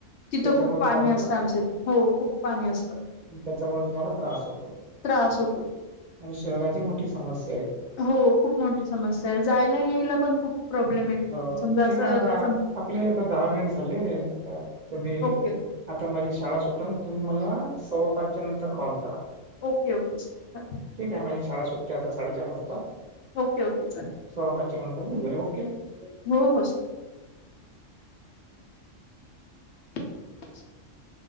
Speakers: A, on the left; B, on the right.
A: तिथं
B: त्याच्यामुळे
A: खूप पाणी
B: तुम्हाला
A: असतं आमच्या इथ. हो खूप पाणी असतं.
B: अन त्याच्यामुळे तुम्हाला त्रास होतो.
A: त्रास होतो
B: म्हणजे शहराची मोठी समस्या आहे.
A: हो खूप मोठी समस्या आहे. जायला यायला पण खूप प्रॉब्लेम आहे तिथून
B: हो
A: समजा
B: ठीक
A: असं
B: आहे ना आता
A: सम
B: आपले आता दहा मिनिट झाले. तुम्ही
A: ओके
B: आता माझी शाळा सुटून. तुम्ही मला सव्वा पाचच्या नंतर कॉल करा.
A: Okay okay sir bye.
B: ठीक आहे. माझी शाळा सुटते आता साडेचार वाजता.
A: ओके ओके चाल.
B: सव्पाचच्या नंतर वगैरे ओके --
A: हो हो स
B: <inaudible>
A: <inaudible>